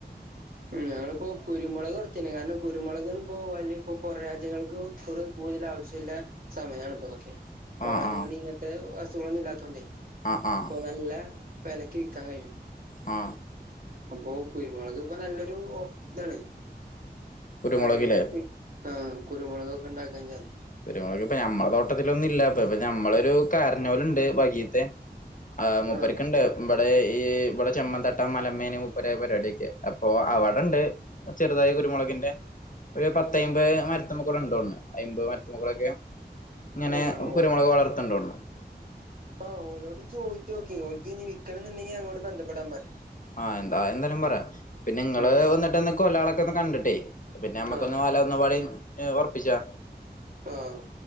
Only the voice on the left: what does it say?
ആ
ആ
ആഹ് ആഹ്
ആ
കുരുമുളകില്ലേ
കുരുമുളക് ഇപ്പ ഞമ്മടെ തോട്ടത്തിലൊന്നുംല്ല ഇപ്പ ഞമ്മളൊരു കാരണോല്ണ്ട് വകീത്തെ ആ മുപ്പരിക്ക്ണ്ട്
ഇമ്മടെ ഈ ഇവിടെ ചെമ്മന്തട്ടം മലമേന മുപ്പര പരിപാടിയൊക്കെ അപ്പൊ അവിടെണ്ട് ചെറുതായി കുരുമുളകിന്റെ ഒരു പത്തയമ്പത് മരത്തുമകൂടെ ഉണ്ടോന്ന് അയമ്പത് മരത്തുമക്കളൊക്കെ ഇങ്ങനെ
കുരുമുളക് വളർത്ത്ണ്ട് തോന്നുണു
ആഹ് എന്താ എന്തായാലും പറയാം പിന്നെ ങ്ങള്
വന്നിട്ട്ന്ന് കൊലളൊക്കെ ഒന്ന് കണ്ടിട്ടേ പിന്നെ നമ്മുക്കൊന്ന്
വല ന്നപാടിൻ ഞ ഉറപ്പിച്ചാ.